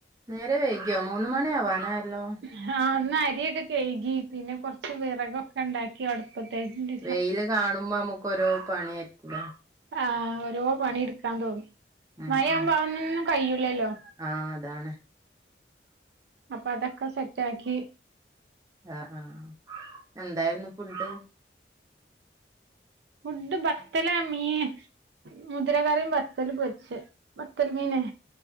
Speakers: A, on the right (about 20°); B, on the right (about 75°).
A: നേരം വെയ്കിയോ മൂന്ന് മണി ആവാനായല്ലോ
B: ഹാ ഇന്ന് അരിയൊക്കെ കെയ്കി പിന്നെ കൊറച്ച് വിറകൊക്കെ ണ്ടാക്കി അടു പത്തേജ്ണ്ട്
A: വെയില് കാണുമ്പോ നമ്മുക്ക് ഓരോ പണി ആയിരിക്കൂല്ലേ
B: ആഹ് ഓരോ പണി ഇട്ക്കാൻ തോന്നും
A: ഉം
B: മഴവ്മ്പ
A: ഉം
B: അഒന്നും കയ്യുലല്ലോ
A: ആഹ് അതാണ്
B: അപ്പ അതക്കെ സെറ്റക്കി
A: ആഹ് ആഹ് എന്തായിരുന്നു ഫുഡ്
B: ഫുഡ്ഡ് ബ ത്തലാ മീൻ മുതിരകറിം ബത്തല് പൊര്ച്ച് ബത്തല് മീന്